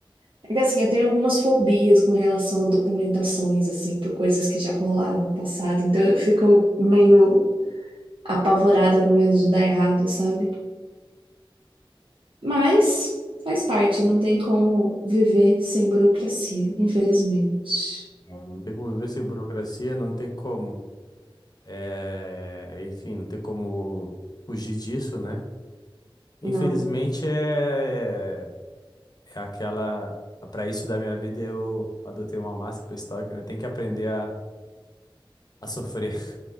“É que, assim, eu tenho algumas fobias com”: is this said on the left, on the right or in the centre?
Right